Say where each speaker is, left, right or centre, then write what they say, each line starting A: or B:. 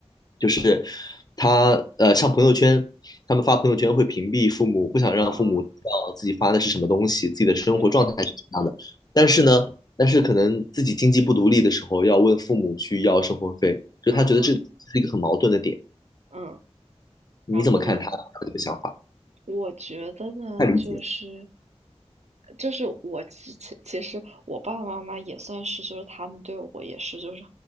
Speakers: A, on the left; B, on the right.
A: 就是他呃像朋友圈，他们发朋友圈会屏蔽父母，不想让父母知道自己发的是什么东西，
B: 嗯嗯，
A: 自己的生活状态是什么样的。
B: 对，
A: 但是呢，
B: 嗯
A: 但是可能自己经济不独立的时候，要问父母去要生活费，就是他觉得这是一个很矛盾的点。
B: 嗯嗯嗯，
A: 你怎么看他这个想法？
B: 然后呢？我觉得呢，
A: 太理解。
B: 就是就是我其其其实我爸爸妈妈也算是，就是他们对我也是，就是